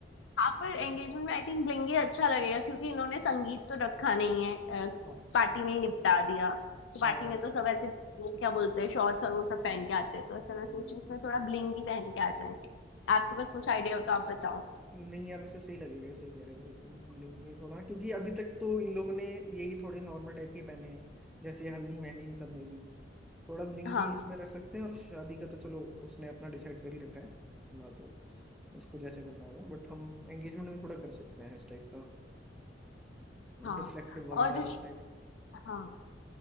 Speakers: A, on the left (about 80°); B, in the centre.
A: हाँ पर एंगेजमेंट में आई थिंक लेंगे अच्छा लगेगा क्योंकि इन्होंने संगीत तो रखा नहीं है
B: हाँ
A: पार्टी में ही निपटा दिया तो
B: हाँ
A: पार्टी में तो सब ऐसे वो क्या बोलते हैं शॉर्ट्स और वो सब पहन के आते हैं तो ऐसा
B: हम्म,
A: मैं सोची इसमें थोड़ा ब्लिंग ही पहन के आ जाए आपके पास कुछ आइडिया हो तो आप बताओ
B: नहीं यार वैसे सही लगेगा सही कह रहे हो वैसे तुम लेंगे थोड़ा क्योंकि अभी तक तो इन लोगों ने यही थोड़े नॉर्मल टाइप के पहने हैं जैसे हल्दी मेहंदी इन सब में भी थोड़ा ब्लिंगी
A: हाँ
B: इसमें रख सकते हैं और शादी का तो चलो उसने अपना डिसाइड कर ही रखा है ना तो उसको जैसे करना होगा बट हम एंगेजमेंट में थोड़ा कर सकते हैं इस टाइप का
A: हाँ
B: डिफ्लेक्टिव वगैरह
A: और ऋष-
B: टाइप
A: हाँ